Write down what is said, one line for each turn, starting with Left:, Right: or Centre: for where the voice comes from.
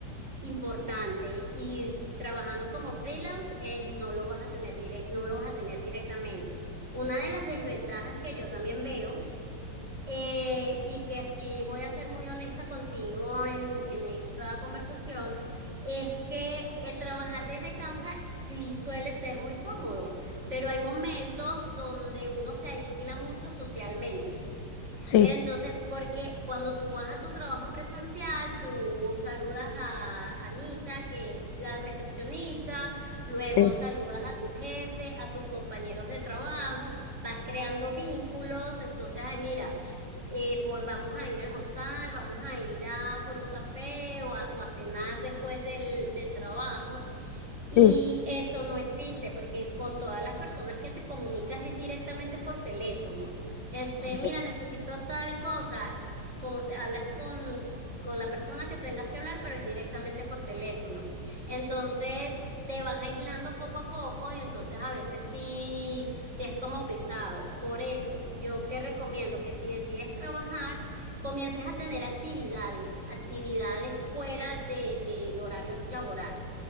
Right: importante y trabajando como freelance eh, no lo vas a tener direct- no lo vas a tener directamente. Una de las desventajas que yo también veo eh, y que sí voy a ser muy honesta contigo en, en esta conversación es que el trabajar desde casa sí suele ser muy cómodo, pero hay momentos donde uno se aísla mucho socialmente.
Left: sí,
Right: Entonces, porque cuando tú vas a tu trabajo presencial, tú saludas a Anita, que es la recepcionista, luego
Left: sí,
Right: saludas a tu jefe, a tus compañeros de trabajo, vas creando vínculos, entonces, ay, mira, eh, voy- vamos a ir a almorzar, vamos a ir a por un café o a, o a cenar después del, del trabajo.
Left: sí,
Right: Y eso no existe porque con todas las personas que te comunicas es directamente por teléfono. Este,
Left: sí.
Right: mira, necesito tal cosa. Con- hablas con, con la persona que tengas que hablar, pero es directamente por teléfono. Entonces te van aislando poco a poco y entonces a veces sí, sí es como pesado. Por eso, yo que recomiendo que si decides trabajar, comiences a tener actividades, actividades fuera de, del horario laboral